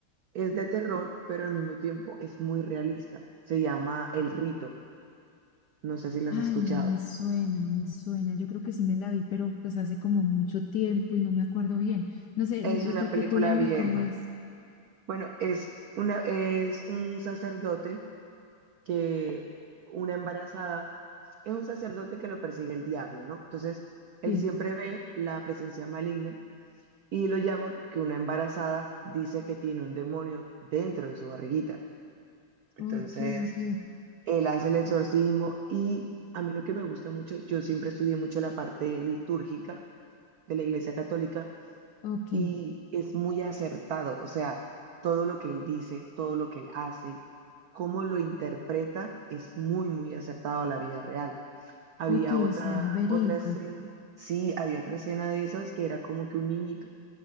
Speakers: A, on the right (about 80°); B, on the left (about 75°).
A: es de terror, pero al mismo tiempo es muy realista, se llama El Rito, no sé si la
B: Ay,
A: has escuchado,
B: me suena, me suena. Yo creo que sí me la vi, pero pues hace como mucho tiempo y no me acuerdo bien. No sé,
A: es
B: de- recapitúlame
A: una película vieja.
B: cómo es.
A: Bueno, es una, es un sacerdote que una embarazada, es un sacerdote que lo persigue el diablo, ¿no? Entonces, él
B: Sí.
A: siempre ve la presencia maligna y lo llama porque una embarazada dice que tiene un demonio dentro de su barriguita. Entonces,
B: Ok, ok,
A: él hace el exorcismo y a mí lo que me gusta mucho, yo siempre estudié mucho la parte litúrgica de la Iglesia Católica
B: ok,
A: y es muy acertado, o sea, todo lo que él dice, todo lo que él hace, cómo lo interpreta, es muy, muy acertado a la vida real. Había
B: ok,
A: otra,
B: o sea, verico.
A: otra escena, sí, había otra escena de esas que era como que un niñito